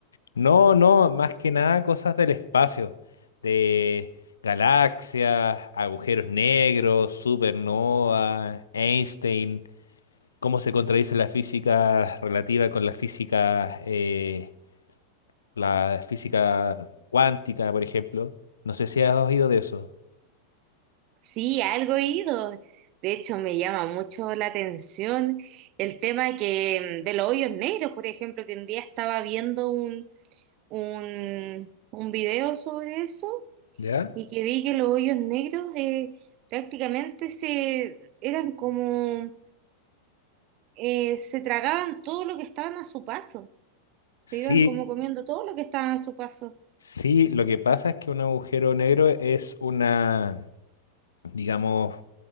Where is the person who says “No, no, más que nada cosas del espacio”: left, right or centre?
Left